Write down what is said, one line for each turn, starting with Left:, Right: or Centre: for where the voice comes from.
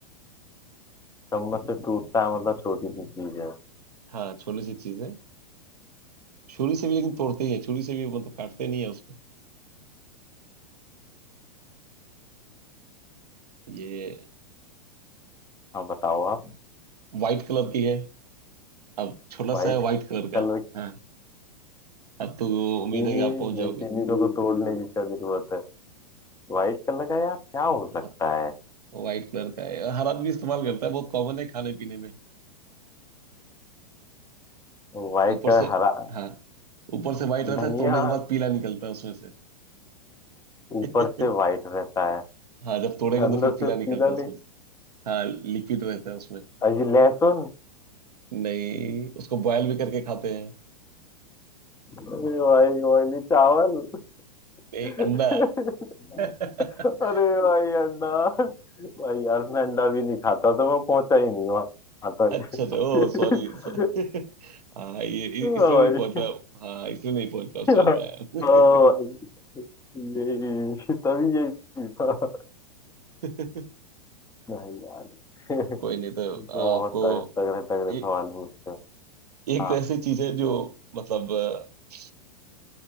Left: चम्मच से टूटता है मतलब छोटी सी चीज है
Right: हाँ छोटी सी चीज है छुरी से भी लेकिन तोड़ते ही है छुरी से भी मतलब काटते नहीं है उसको ये
Left: हाँ बताओ आप
Right: व्हाइट कलर की है अब छोटा
Left: व्हाइट
Right: सा है व्हाइट कलर
Left: कलर
Right: का
Left: की
Right: हाँ अब तो उम्मीद
Left: चीनी
Right: है कि आप पहुंच
Left: नहीं
Right: जाओगे
Left: चीनी को तो तोड़ने की क्या जरूरत है व्हाइट कलर का यार क्या हो सकता
Right: हाँ
Left: है
Right: व्हाइट कलर का है हर आदमी इस्तेमाल करता है बहुत कॉमन है खाने पीने में
Left: व्हाइट
Right: ऊपर
Left: कलर
Right: से
Left: हरा
Right: हाँ ऊपर से व्हाइट रहता
Left: धनिया
Right: है तोड़ने के बाद पीला निकलता है उसमें से <laughs>
Left: ऊपर से व्हाइट रहता है
Right: हाँ जब तोड़ेंगे
Left: अंदर
Right: तो फिर
Left: से
Right: पीला
Left: पीला
Right: निकलता है उसमें
Left: नहीं
Right: से हाँ लिक्विड रहता है उसमें
Left: अजी लहसुन
Right: नहीं उसको बॉयल भी करके खाते हैं
Left: अरे भाई ऑयली चावल <laughs>
Right: नहीं
Left: अरे
Right: अंडा <laughs>
Left: भाई अंडा भाई यार मैं अंडा भी नहीं खाता तो मैं पहुंचा ही नहीं वहां तक
Right: अच्छा अच्छा ओ सॉरी <laughs>
Left: <laughs>
Right: हाँ ये इ-
Left: हाँ
Right: इसलिए नहीं
Left: भाई
Right: पहुंच पाया हाँ इसलिए नहीं पहुंच
Left: <laughs>
Right: पाया समझ
Left: हाँ भाई
Right: में आया
Left: यही तभी यही था।
Right: <laughs>
Left: नहीं यार <laughs>
Right: कोई नहीं तो
Left: तो
Right: आपको
Left: बहुत तग- तगड़े तगड़े
Right: ए,
Left: सवाल पूछते हो
Right: एक
Left: हाँ
Right: तो ऐसी चीज है जो मतलब अ,